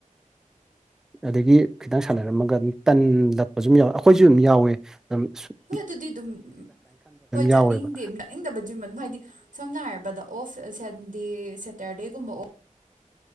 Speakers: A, in the centre; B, on the right.
A: ꯑꯗꯒꯤ ꯈꯤꯇꯪ ꯁꯥꯟꯅꯔꯝꯃꯒ ꯑꯗꯨꯝ ꯇꯜꯂꯛꯄꯁꯨꯝ ꯌꯥꯎꯋꯦ ꯑꯩꯈꯣꯏꯁꯨ ꯑꯗꯨꯝ ꯌꯥꯎꯋꯦ ꯑꯗꯨꯝ ꯁꯨꯠ
B: ꯍꯣꯏ ꯑꯗꯨꯗꯤ ꯑꯗꯨꯝ ꯍꯣꯏ ꯆꯠꯅꯤꯡꯗꯦ
A: ꯌꯥꯎꯋꯦꯕ
B: ꯆꯠꯅꯤꯡꯗꯕ ꯖꯤꯝ ꯑꯗꯨꯝ ꯍꯥꯏꯗꯤ꯫ ꯁꯝꯅ ꯍꯥꯏꯔꯕꯗ ꯑꯣꯐ ꯁ ꯟ ꯁꯟꯗꯦ ꯁꯦꯇꯔꯗꯦꯒꯨꯝꯕ ꯑꯣꯐ꯫